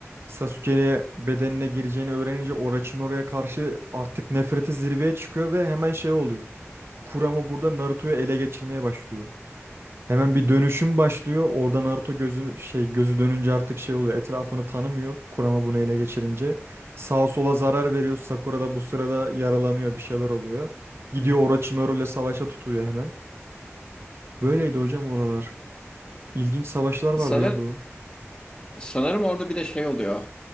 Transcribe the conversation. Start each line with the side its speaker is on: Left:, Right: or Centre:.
Right: Sasuke'ye bedenine gireceğini öğrenince Orochimaru'ya karşı artık nefreti zirveye çıkıyor ve hemen şey oluyor. Kurama burada Naruto'yu ele geçirmeye başlıyor. Hemen bir dönüşüm başlıyor. Orada Naruto gözü şey gözü dönünce artık şey oluyor. Etrafını tanımıyor. Kurama bunu ele geçirince sağa sola zarar veriyor. Sakura da bu sırada yaralanıyor, bir şeyler oluyor. Gidiyor Orochimaru ile savaşa tutuyor hemen. Böyleydi hocam oralar. İlginç savaşlar vardı
Left: Sanır,
Right: ya bu.
Left: sanırım orada bir de şey oluyor.